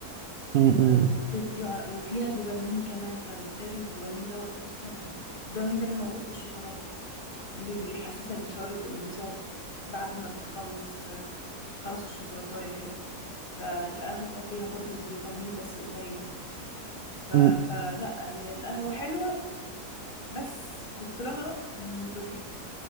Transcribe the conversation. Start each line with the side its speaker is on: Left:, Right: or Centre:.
Right: م-
Left: و
Right: م-
Left: وبتدّي عل وفيها دوبامين كمان، فبالتالي الدوبامين دوّة أصلًا يعني الدوبامين ده اللي موجود في الشوكولاتة، اللي بيحسّسك بشعور الانبساط بعد ما بتخلّص خلاص الشوكولاتاية كده فالقهوة فيها برضو الدوبامين بس قليل ف...
Right: م-
Left: فلا هي القهوة حلوة بس كترها مضر